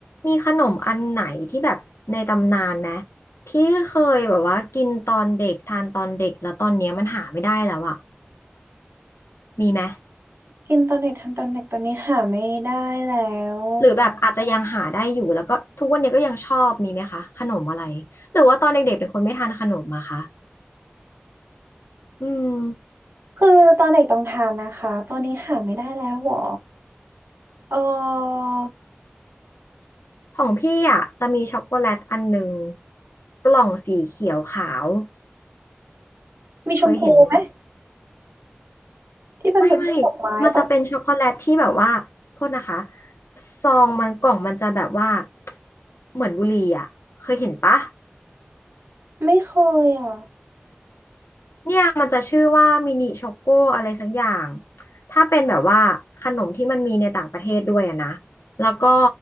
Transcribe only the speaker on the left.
มีขนมอันไหนที่แบบในตำนานไหมที่เคยแบบว่ากินตอนเด็กทานตอนเด็กแล้วตอนเนี้ยมันหาไม่ได้แล้วอะมีไหม
หรือแบบอาจจะยังหาได้อยู่แล้วก็ทุกวันเนี้ยก็ยังชอบมีไหมคะขนมอะไรหรือว่าตอนเด็กๆเป็นคนไม่ทานขนมอะคะอืม
ของพี่อะจะมีช็อกโกแลตอันหนึ่งกล่องสีเขียวขาว
เคยเห็นนะ
ไม่ไม่มันจะเป็นช็อกโกแลตที่แบบว่าโทษนะคะซองมันกล่องมันจะแบบว่าเหมือนบุหรี่อ่ะเคยเห็นปะ
เนี่ยมันจะชื่อว่ามินิช็อกโกอะไรสักอย่างถ้าเป็นแบบว่าขนมที่มันมีในต่างประเทศด้วยอะนะแล้วก็